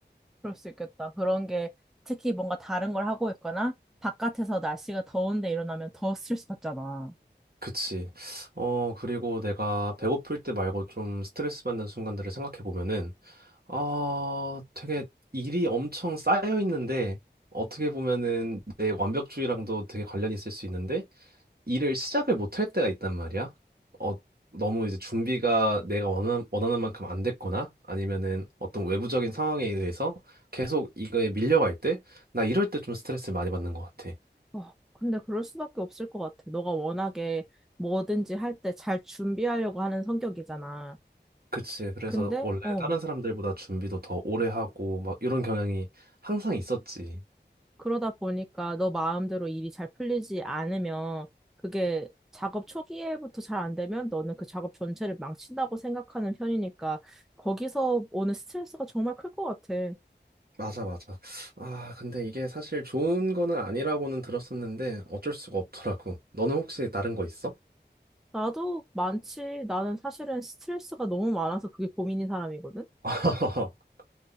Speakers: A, in the centre; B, on the right.
A: 그럴 수 있겠다. 그런 게 특히 뭔가 다른 걸 하고 있거나 바깥에서 날씨가 더운데 일어나면 더 스트레스 받잖아.
B: 그치. 어, 그리고 내가 배고플 때 말고 좀 스트레스 받는 순간들을 생각해 보면은 어, 되게 일이 엄청 쌓여 있는데 어떻게 보면은 내 완벽주의랑도 되게 관련이 있을 수 있는데 일을 시작을 못할 때가 있단 말이야. 어, 너무 이제 준비가 내가 원하는, 원하는 만큼 안 됐거나 아니면은 어떤 외부적인 상황에 의해서 계속 이거에 밀려갈 때 나 이럴 때 좀 스트레스를 많이 받는 것 같아.
A: 어, 근데 그럴 수밖에 없을 것 같아. 너가 워낙에 뭐든지 할 때 잘 준비하려고 하는 성격이잖아.
B: 그치. 그래서
A: 근데,
B: 원래
A: 어,
B: 다른 사람들보다 준비도 더 오래 하고 막 이런 경향이 항상 있었지.
A: 그러다 보니까 너 마음대로 일이 잘 풀리지 않으면 그게 작업 초기에부터 잘 안 되면 너는 그 작업 전체를 망친다고 생각하는 편이니까 거기서 오는 스트레스가 정말 클 것 같아.
B: 맞아, 맞아. 아, 근데 이게 사실 좋은 거는 아니라고는 들었었는데 어쩔 수가 없더라고. 너는 혹시 다른 거 있어?
A: 나도 많지. 나는 사실은 스트레스가 너무 많아서 그게 고민인 사람이거든.
B: <laughs>